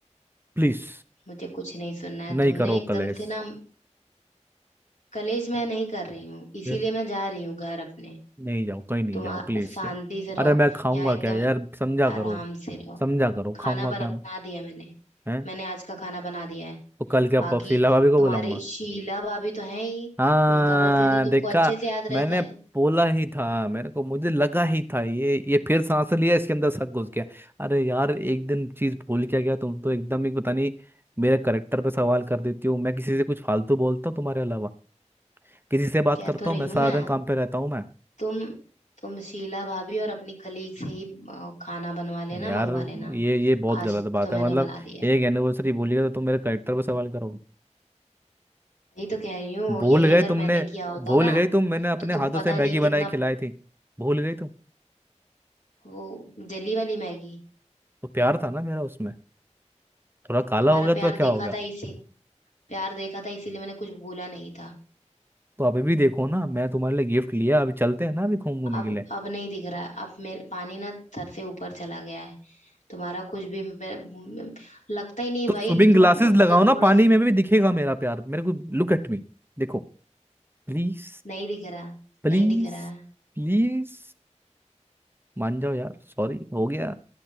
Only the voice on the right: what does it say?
प्लीज
नहीं
करो
कलेश
फिर
नहीं जाओ कहीं नहीं
जाओ
प्लीज
यार
अरे मैं खाऊंगा
क्या यार समझा करो
समझा करो
खाऊंगा
क्या मैं
हैं
तो कल क्या
पप- शीला भाभी को
बुलाऊंगा
हाँ
देखा
मैंने
बोला ही था मेरे को मुझे लगा ही था ये ये फिर सांस लिया इसके अंदर शक घुस गया अरे यार एक दिन चीज भूल क्या गया तुम तो एकदम ही पता नहीं मेरे करेक्टर पे सवाल कर देती हो मैं किसी से कुछ फालतू बोलता हूँ तुम्हारे अलावा किसी से बात
करता
हूँ मैं
सारा
दिन काम पे रहता हूँ मैं
यार
ये ये बहुत
गलत बात
है मतलब
एक
एनिवर्सरी भूल गया तो तुम मेरे करेक्टर पे सवाल करोगे
भूल
गए
तुमने
भूल
गई तुम मैंने अपने
हाथों
से मैगी
बनाई
खिलाई थी भूल गई तुम
तो प्यार था ना मेरा उसमें थोड़ा काला
हो गया तो
क्या
हो गया
तो आप भी देखो ना मैं तुम्हारे लिए गिफ्ट लिया अभी चलते हैं ना अभी घूमने
के लिए
तो
स्विमिंग
ग्लासेस
लगाओ ना
पानी
में भी दिखेगा मेरा प्यार मेरे को लुक एट मी देखो प्लीज
प्लीज
प्लीज मान जाओ यार सॉरी हो गया